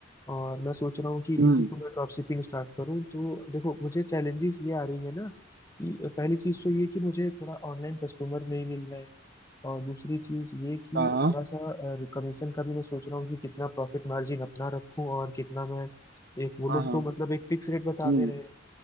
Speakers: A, on the left; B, on the right.
A: और मैं सोच रहा हूँ कि
B: हम्म
A: इसी को मैं ड्रॉप शिपिंग स्टार्ट करूँ तो देखो मुझे चैलेंजेस ये आ रही है ना कि पहली चीज तो ये कि मुझे थोड़ा ऑनलाइन कस्टमर नहीं मिल रहे हैं और दूसरी चीज ये कि
B: हाँ हाँ
A: थोड़ा सा कमीशन का भी मैं सोच रहा हूँ कि कितना प्रॉफिट मार्जिन अपना रखूं और कितना मैं एक वो
B: हाँ
A: लोग
B: हाँ
A: तो मतलब एक फिक्स रेट बता
B: हम्म
A: दे रहे हैं